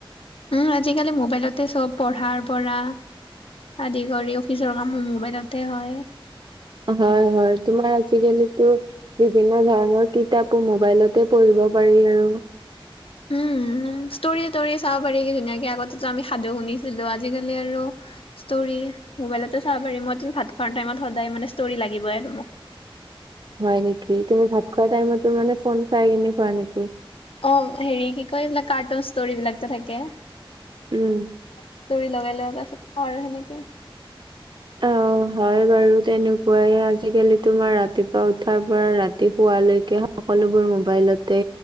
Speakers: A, on the left; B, on the right.
A: উম আজিকালি মোবাইলতে চব পঢ়াৰ পৰা আদি কৰি অফিচৰ কামো মোবাইলতে হয়।
B: হয় হয় তোমাৰ আজি কালিতো বিভিন্ন ধৰণৰ কিতাপো মবাইলতে পঢ়িব পাৰি আৰু।
A: উম ষ্টৰি তৰি চাব পাৰি ধুনীয়াকে আগতেতো আমি সাধু শুনিছিলো আজিকালি আৰু ষ্টৰি মোবাইলতে চাব পাৰি মইতোন ভাত খোৱাৰ টাইমত সদায় মানে ষ্টৰি লাগিবই আৰু মোক।
B: হয় নেকি তুমি ভাত খোৱা টাইমতো মানে ফোন চাই কিনে খোৱা নেকি?
A: অ হেৰি কি কয় এইবিলাক কাৰ্টুন ষ্টৰিবিলাক যে থাকে।
B: উম।
A: ষ্টৰি লগাই লও তাৰপিচত খাও আৰু সেনেকে। <inaudible>
B: অ', হয় বাৰু তেনেকুৱাই আজিকালি তোমাৰ ৰাতিপুৱা উঠাৰ পৰা ৰাতি শুৱালৈকে সকলোবোৰ মোবাইলতে